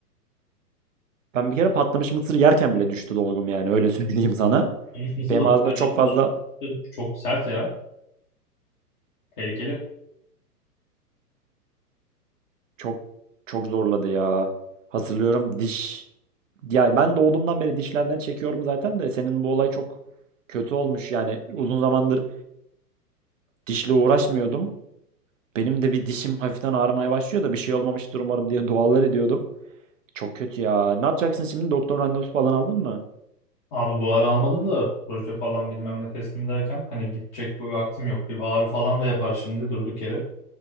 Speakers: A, on the right; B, on the left.
A: Ben bir kere patlamış mısır yerken bile düştü dolgum yani öyle söyleyeyim sana.
B: Konuşması
A: Benim
B: da
A: ağzımda
B: düşer
A: çok
B: abi.
A: fazla
B: Tatlı. Çok sert ya. Tehlikeli.
A: çok çok zorladı ya. Hatırlıyorum diş Yani ben doğduğumdan beri dişlerden çekiyorum zaten de senin bu olay çok kötü olmuş. Yani uzun zamandır dişle uğraşmıyordum. Benim de bir dişim hafiften ağrımaya başlıyor da bir şey olmamıştır umarım diye dualar ediyordum. Çok kötü ya. Ne yapacaksın şimdi? Doktor randevusu falan aldın mı?
B: Abi bu ara almadım da proje falan bilmem ne teslim ederken hani bitecek bu vaktim yok. Bir ağrı falan da yapar şimdi durduk yere.